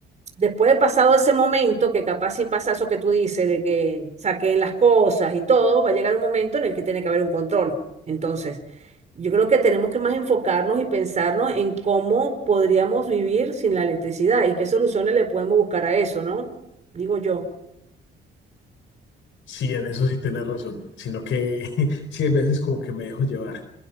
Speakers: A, on the right; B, on the left.
A: después de pasado ese momento, que capaz si pasa eso que tú dices, de que saquen las cosas y todo, va a llegar un momento en el que tiene que haber un control. Entonces, yo creo que tenemos que más enfocarnos y pensarnos en cómo podríamos vivir sin la electricidad y qué soluciones le podemos buscar a eso, ¿no? Digo yo.
B: Sí, en eso sí tienes razón, sino que <laughs> sí, hay veces como que me dejo llevar.